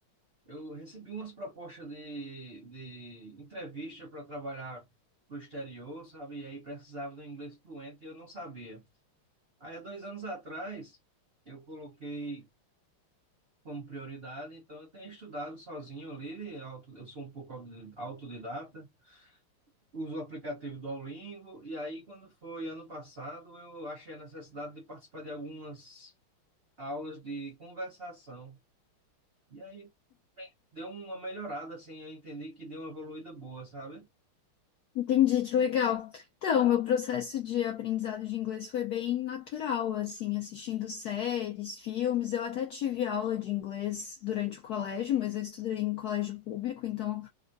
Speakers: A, on the right; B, on the left.
A: Eu recebi umas propostas de, de entrevista para trabalhar pro exterior, sabe? E aí precisava do inglês fluente e eu não sabia. Aí há dois anos atrás eu coloquei como prioridade, então eu tenho estudado sozinho ali, auto- eu sou um pouco autodi- autodidata, uso o aplicativo do Duolingo, e aí quando foi ano passado eu achei a necessidade de participar de algumas aulas de conversação. E aí deu uma melhorada, assim, eu entendi que deu uma evoluída boa, sabe?
B: Entendi, que legal. Então, meu processo de aprendizado de inglês foi bem natural, assim, assistindo séries, filmes. Eu até tive aula de inglês durante o colégio, mas eu estudei em colégio público, então